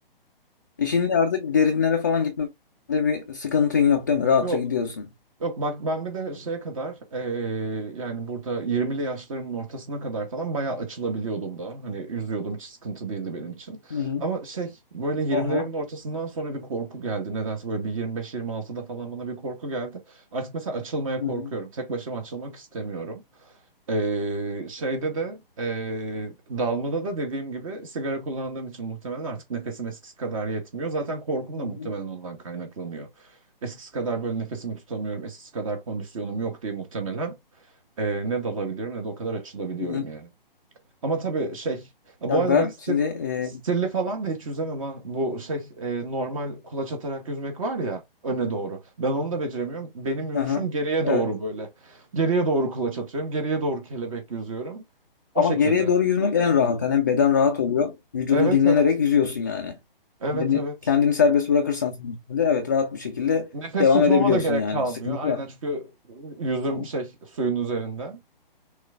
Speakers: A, on the left; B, on the right.
A: İşinde artık derinlere falan gitmede bir sıkıntın yok değil mi? Rahatça
B: Yok
A: gidiyorsun.
B: Yok bak ben bir de şeye kadar eee, yani burada 20'li yaşlarımın ortasına kadar falan bayağı açılabiliyordum da. Hani yüzüyordum hiç sıkıntı değildi benim için.
A: Hı hı.
B: Ama şey böyle 20'lerimin
A: Aha.
B: ortasından sonra bir korku geldi. Nedense böyle bir 25-26'da falan bana bir korku geldi. Artık mesela açılmaya
A: Hı hı.
B: korkuyorum. Tek başıma açılmak istemiyorum. Eee, şeyde de eee, dalmada da dediğim gibi sigara kullandığım için muhtemelen artık nefesim eskisi kadar yetmiyor. Zaten korkum
A: Hı
B: da
A: hı.
B: muhtemelen ondan kaynaklanıyor. Eskisi kadar böyle nefesimi tutamıyorum, eskisi kadar kondisyonum yok diye muhtemelen e, ne dalabilirim, ne de o kadar açılabiliyorum
A: Hı hı.
B: yani. Ama tabii şey, ha,
A: Ya
B: bu arada
A: ben
B: ben stil,
A: şimdi e,
B: stilli falan da hiç yüzemem ha. Bu şey e, normal kulaç atarak yüzmek var ya öne doğru. Ben onu da beceremiyorum. Benim yüzüşüm
A: aha,
B: geriye
A: evet.
B: doğru böyle. Geriye doğru kulaç atıyorum, geriye doğru kelebek yüzüyorum. O
A: Ama
B: şekilde.
A: geriye doğru yüzmek en rahat. Hani hem beden rahat oluyor. Vücudun
B: Evet
A: dinlenerek
B: evet.
A: yüzüyorsun yani.
B: Evet
A: Yani
B: evet.
A: kendini serbest bırakırsan suyun içinde, evet rahat bir şekilde
B: Nefes
A: devam
B: tutmama
A: edebiliyorsun
B: da gerek
A: yani.
B: kalmıyor.
A: Sıkıntı
B: Aynen
A: yok.
B: çünkü yüzüm
A: Aha.
B: şey suyun üzerinde.